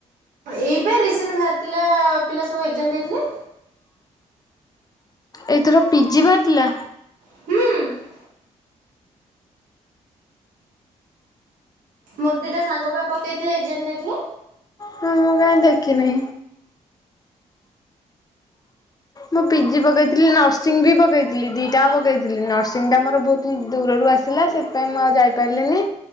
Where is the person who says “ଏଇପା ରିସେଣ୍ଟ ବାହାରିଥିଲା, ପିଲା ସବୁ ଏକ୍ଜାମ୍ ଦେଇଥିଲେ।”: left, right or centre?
Right